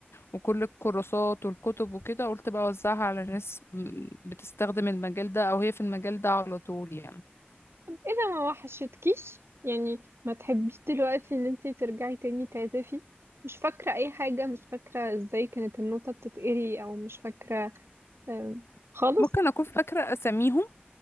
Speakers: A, on the left; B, on the right.
A: وكل الكورسات والكتب وكده قلت بقى اوزعها على ناس م- بتستخدم المجال ده او هي في المجال ده على طول يعني
B: إذا ما وحشتكيش يعني ما تحبيش دلوقتي إن انتي ترجعي تاني تعزفي مش فاكرة أي حاجة مش فاكرة ازاي كانت النوتة بتتقري أو مش فاكرة آه، خالص
A: ممكن اكون فاكره اساميهم